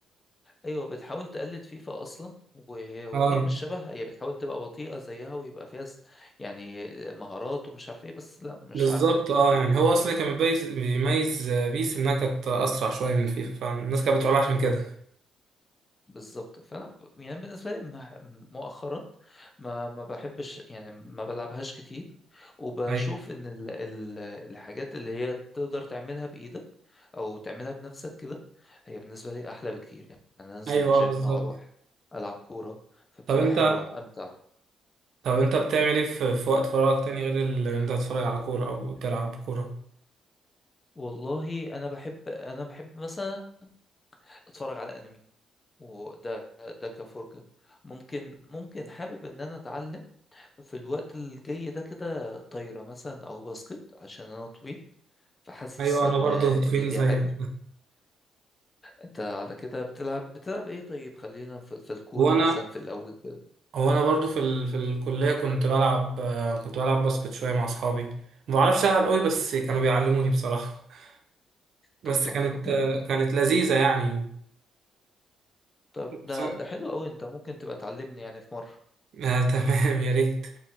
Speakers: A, on the left; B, on the right.
A: ايوه بتحاول تقلد فيفا اصلا وهي, وهي
B: اه
A: مش شبهها هي بتحاول تبقى بطيئه زيها ويبقى فيها س- يعني مهارات ومش عارف ايه بس لا مش
B: بالظبط
A: عارفه تجيب
B: اه
A: فيفا
B: يعني هو اصلا كان بيميز بيميز آه، بيس انها كانت اسرع شوية من فيفا فالناس كانت بتقول عشان كده
A: بالظبط فانا يعني بالنسبه لي مع- مؤخرا ما ما بحبش يعني ما بلعبهاش كتير وبشوف
B: ايوه
A: ان ال ال الحاجات اللي هي تقدر تعملها بايدك او تعملها بنفسك كده هي بالنسبه لي احلى بكتير يعني انا انزل
B: ايوه
A: الجيم
B: اه بالظبط
A: اروح العب كوره فبتبقى
B: طب انت
A: حلوه امتع
B: طب انت بتعمل ايه في, في وقت فراغك تاني غير ال- ان انت تتفرج على كورة او تلعب كورة
A: والله انا بحب انا بحب مثلا اتفرج على انمي وده ده كفرجة ممكن ممكن حابب ان انا اتعلم في الوقت الجاي ده كده طايرة مثلا او باسكت عشان انا طويل فحاسس
B: ايوه
A: ان
B: انا برضو
A: ان
B: طويل
A: دي
B: زيك
A: حاجة انت على كده بتلعب بتلعب ايه طيب خلينا في, في الكورة
B: وانا
A: مثلا في الاول كده
B: وانا برضو في ال... في الكليه كنت بلعب آه، كنت بلعب باسكت شويه مع اصحابي ما بعرفش العب قوي بس كانوا بيعلموني بصراحه <laughs> بس
A: طب تحفة
B: كانت
A: جامد
B: آه،
A: والله
B: كانت لذيذه يعني
A: طب ده
B: خصوصا
A: ده حلو قوي انت ممكن تبقى تعلمني يعني في مرة
B: آه <laughs> تمام يا ريت